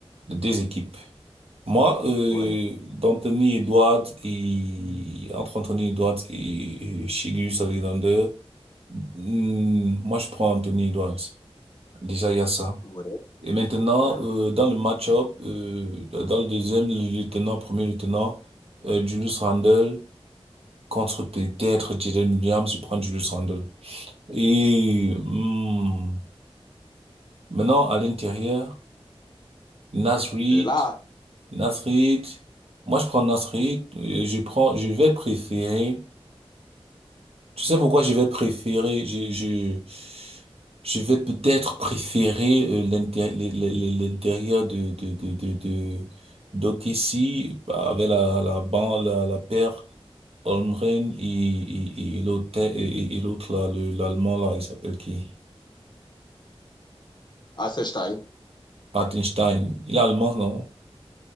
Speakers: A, on the right; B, on the left.
A: les deux équipes. Moi, euh,
B: ouais,
A: d'Anthony Edwards et entre Anthony Edwards et, et Shai Alexander, hmm, moi je prends Anthony Edwards. Déjà il y a ça.
B: ouais,
A: Et maintenant
B: ouais.
A: euh, dans le match-up, euh, dans le deuxième le lieutenant, premier lieutenant, euh, Julius Randle contre peut-être Jalen Williams, je prends Julius Randle. Et hmm, maintenant à l'intérieur, Naz Reid
B: C'est là,
A: Nasrid, moi je prends Nasrid, euh, je prends, je vais préférer, tu sais pourquoi je vais préférer, je, je, je vais peut-être préférer euh, l'inté- le- le- l'intérieur de, de, de, de, de, d'Okessi, bah, avec la, la ban, la, la paire, Holmgren et, et, et l'autre, et, et- et l'autre là, le, l'allemand là, il s'appelle qui?
B: à Stein.
A: Patenstein. Il est allemand, non?